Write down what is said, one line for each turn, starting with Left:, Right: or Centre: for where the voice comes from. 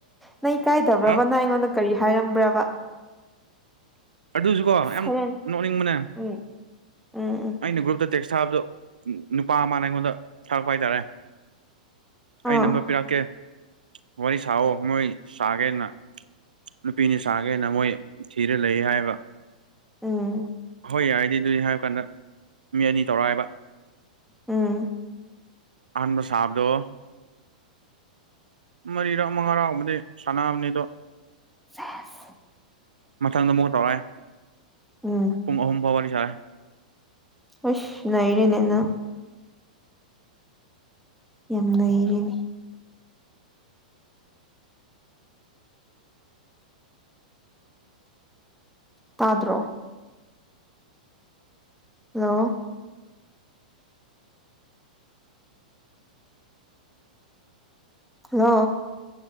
Centre: ꯅꯪ ꯏ ꯀꯥꯏꯗꯕ꯭ꯔꯕꯅ
Right: ꯍꯥ
Centre: ꯑꯩꯉꯣꯟꯗ ꯀꯔꯤ ꯍꯥꯏꯔꯝꯕ꯭ꯔꯕ
Right: ꯑꯗꯨꯁꯨꯀꯣ ꯌꯥꯝ
Centre: ꯁꯔꯦꯟ
Right: ꯅꯣꯛꯅꯤꯡꯕꯅꯦ
Centre: ꯎꯝ ꯎꯝ ꯎꯝ
Right: ꯑꯩꯅ ꯒ꯭ꯔꯨꯞꯇ ꯇꯦꯛꯁ ꯊꯥꯕꯗꯣ ꯅꯨꯄꯥ ꯑꯃꯅ ꯑꯩꯉꯣꯟꯗ ꯊꯥꯔꯛꯄ ꯍꯥꯏꯇꯥꯔꯦ ꯑꯩ
Centre: ꯑꯥ
Right: ꯅꯝꯕꯔ ꯄꯤꯔꯛꯀꯦ ꯋꯥꯔꯤ ꯁꯥꯑꯣ ꯃꯣꯏ ꯁꯥꯒꯦꯅ ꯅꯨꯄꯤꯅꯤ ꯁꯥꯒꯦꯅ ꯃꯣꯏ ꯊꯤꯔ ꯂꯩ ꯍꯥꯏꯕ
Centre: ꯎꯝ
Right: ꯑꯍꯣꯏ ꯌꯥꯏꯗꯤ ꯑꯗꯨꯗꯤ ꯍꯥꯏꯔ ꯀꯥꯟꯗ ꯃꯤ ꯑꯅꯤ ꯇꯧꯔꯛꯏꯕ
Centre: ꯎꯝ
Right: ꯑꯍꯟꯥꯟꯕ ꯁꯥꯕꯗꯣ ꯃꯔꯤꯔꯥꯛ ꯃꯉꯥꯔꯥꯎꯕꯗꯤ ꯁꯥꯟꯅꯕꯅꯤ ꯑꯗꯣ
Centre: ꯆꯦꯁ
Right: ꯃꯊꯪꯗ ꯑꯃꯨꯛꯀ ꯇꯧꯔꯛꯑꯦ
Centre: ꯎꯝ
Right: ꯄꯨꯡ ꯑꯍꯨꯝ ꯐꯥꯎꯕ ꯋꯥꯔꯤ ꯁꯥꯔꯦ
Centre: ꯑꯁ ꯅ ꯏꯦꯅꯦꯅ ꯌꯥꯝ ꯂꯩꯔꯦꯅꯦ ꯇꯥꯗ꯭ꯔꯣ ꯍꯜꯂꯣ ꯑ